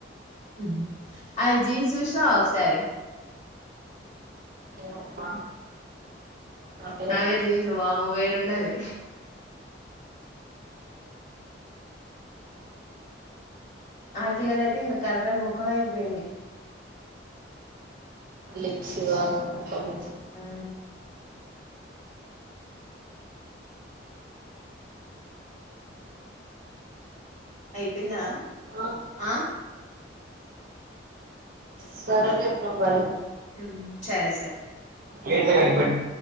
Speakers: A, on the left (about 40°); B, on the right (about 50°).
A: ఉమ్ అ జీన్స్ జూష్నవా ఒకసారి.
B: ఏమో మా నా పేరు
A: నావె
B: అడిగి
A: జీన్స్
B: చూసాను
A: వామో వేరున్నది. ఆకిలదైతే ఇంగ కర్రె మొకమైపోయింది.
B: హిప్స్ ఆమె మొకము.
A: ఆ అయ్పొయ్ందా
B: ఆ,
A: ఆ.
B: స్వరేలింగ మరి
A: ఉమ్ చరే సర్
B: లేట్గా కనిపట్టు